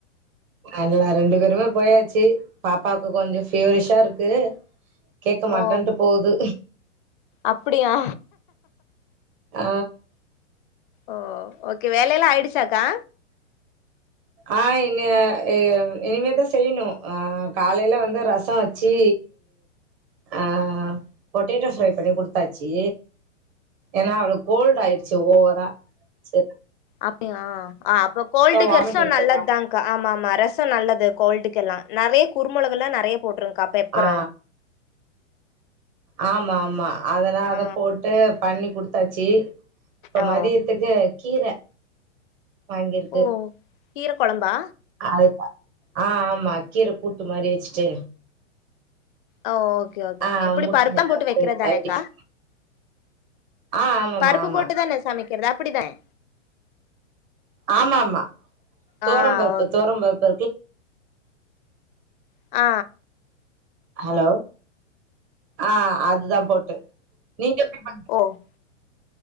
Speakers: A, on the right; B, on the left.
A: அல்ல ரெண்டு பேருமே போயாச்சு பாப்பாக்கு கொஞ்சோ ஃபிவரிஷாருக்கு கேக்க மாட்டேன்ட்டு
B: ஓ
A: போகுது
B: அப்டியா
A: ஆ
B: ஓ ஓகே வேலையெல்லா ஆய்டுசாக்கா
A: ஆ இனி அ இனிமேதா செய்யணு ஆ காலைல வந்து ரசோ வச் சி அ பொட்டேட்டோ ஃப்ரை பண்ணி குடுத்தாச்சி ஏன்னா அவளுக்கு கோல்ட் ஆய்டுச்சு ஓவரா செரி
B: அப்டிய ஆ அப்ப கோல்டுக்கு
A: வாமிட்
B: ரசோ
A: எடுத்துடுவா
B: நல்லத்தா ஆங்க்கா ஆமா ஆமா ரசோ நல்லது கோல்டுக்கெல்லா நெறய குருமுளகல்லா நெறய போட்ருக்கா பெப்பர
A: ஆ ஆமா ஆமா அதுலா அத
B: ஆ
A: போட்டு பண்ணி குடுத்தாச்சி இப்ப
B: ஓ
A: மதியத்துக்கு கீர வாங்கிருக்கு
B: ஓ கீர கொழம்பா
A: அ அது ஆ ஆமா கீர கூட்டு மாரி வச்சிட்டு
B: ஒ ஓக்கே ஓகே ஓகே
A: ஆ
B: எப்டி
A: முட்ட
B: பருத்தம்
A: ஏதாவது
B: போட்டு வெக்கிற தானேக்கா
A: சைட் டிஷ் ஆ ஆமாமா
B: பருப்பு
A: ஆமா
B: போட்டுதானே சமைக்கிறது அப்டிதானே
A: ஆமா ஆமா துவரம்
B: ஆ
A: பருப்பு
B: ஓகே
A: துவரம்
B: ஓகே
A: பருப்பு இருக்கு
B: ஆ
A: ஹலோ ஆ அதுதா போட்டு நீங்க எப்டி பண்வீ
B: ஒ